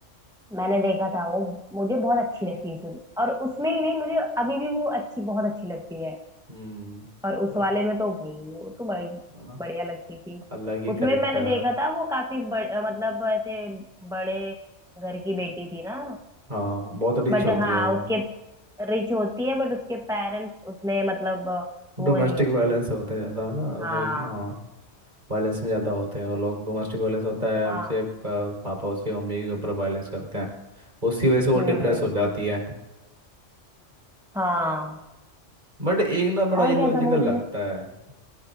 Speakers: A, in the centre; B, on the right.
A: मैंने देखा था वो मुझे बहुत अच्छी लगती है सुन और उसमें ही नहीं मुझे अभी भी वो अच्छी बहुत अच्छी लगती है
B: हम्म
A: और उस
B: वो-
A: वाले में तो भाई वो तो बड़ी
B: है ना
A: बढ़िया लगती थी
B: अलग ही
A: उसमें
B: करेक्टर
A: मैंने देखा
B: है
A: था वो काफी बड़, मतलब ऐसे बड़े घर की बेटी थी ना
B: हाँ बहुत रिच
A: बट
B: होती
A: हाँ
B: है वो
A: उसके रिच होती है बट उसके पेरेंट्स उतने मतलब वो
B: डोमेस्टिक
A: नहीं होते
B: वायलेंस होते हैं ज़्यादा ना
A: हाँ
B: तो हाँ वायलेंस में ज़्यादा होते हैं और लोग डोमेस्टिक वायलेंस होता है
A: हाँ
B: उसे प- पापा उसके मम्मी के ऊपर वायलेंस करते हैं उसकी वजह से वो
A: हम्म
B: डिप्रेस हो जाती है
A: हाँ
B: बट एक ना बड़ा
A: और
B: इलॉजिकल
A: क्या था मूवी
B: लगता
A: में
B: है